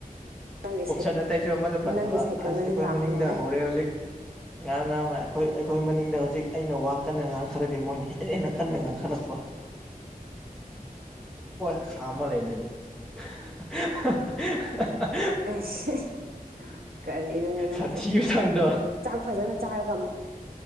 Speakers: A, on the right; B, in the centre.
A: ꯅꯪꯒꯤ
B: ꯑꯣꯞꯁꯟ ꯑꯇꯩꯁꯨ ꯑꯃꯗ ꯄꯟꯗꯕ
A: ꯅꯪꯒꯤ ꯁꯥꯏꯀꯜꯅꯗꯤ
B: ꯑꯁ ꯑꯩꯈꯣꯏ
A: ꯂꯥꯛꯀꯅꯣꯏ
B: ꯃꯅꯤꯡꯗ ꯍꯧꯔꯦ ꯍꯧꯖꯤꯛ ꯉꯥꯡ ꯉꯥꯡ ꯉꯥꯏ ꯑꯩꯈꯣꯏ ꯑꯩꯈꯣꯏ ꯃꯅꯤꯡꯗ ꯍꯧꯖꯤꯛ ꯑꯩꯅ ꯋꯥ ꯀꯟꯅ ꯉꯥꯡ ꯈꯠꯂꯗꯤ ꯃꯣꯏꯅ ꯍꯦꯟꯅ ꯍꯦꯟꯅ ꯀꯟꯅ ꯉꯥꯡꯈꯠꯂꯛꯄ <unintelligible> ꯈꯥꯃꯥ ꯂꯩꯅꯤꯁꯤ <unintelligible>
A: <unintelligible> ꯀꯔꯤꯅꯍꯑꯦ ꯅꯪꯁꯨ
B: ꯁꯥꯊꯤꯕ ꯆꯥꯡꯗꯣ
A: ꯆꯥꯛ ꯐꯖꯅ ꯆꯥꯔꯒ